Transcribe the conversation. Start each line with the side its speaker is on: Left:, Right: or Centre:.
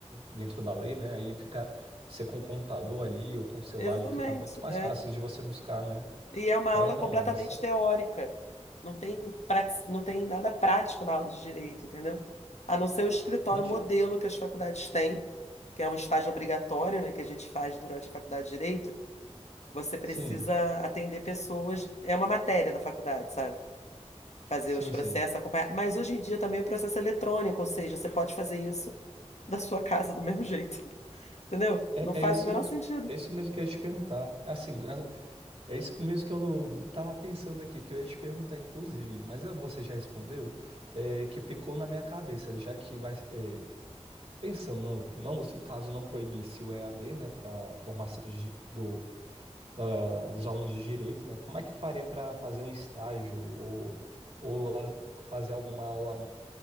Right: dentro da lei, né, aí fica, você com o computador ali ou com o celular
Left: Exatamente.
Right: ali fica muito mais
Left: é.
Right: fácil de você buscar, né.
Left: E é uma
Right: É,
Left: aula
Right: não,
Left: completamente
Right: isso,
Left: teórica. Não tem, prati- não tem nada prático na aula de direito, entendeu? A não ser o escritório
Right: niti-
Left: modelo que as faculdades têm, que é um estágio obrigatório, né, que a gente faz durante a faculdade de direito. Você precisa
Right: sim,
Left: atender pessoas, é uma matéria da faculdade, sabe? Fazer
Right: sim,
Left: os processos,
Right: sim,
Left: acompanhar. Mas hoje em dia também o processo é eletrônico, ou seja, você pode fazer isso da sua casa do mesmo jeito, <laughs> entendeu?
Right: é,
Left: Não faz
Right: é isso
Left: o menor
Right: mesmo,
Left: sentido.
Right: que- é isso mesmo que eu ia te perguntar, assim, é isso mesmo que eu tava pensando aqui, que eu ia te perguntar, inclusive, mas eh, você já respondeu, é, que ficou na minha cabeça, já que vai, eh, Pensando, no- não, se no caso não proibisse o EAD, né, para formação de di- do, da- dos alunos de direito, né, como é que eu faria para fazer um estágio ou, ou a- fazer alguma aula,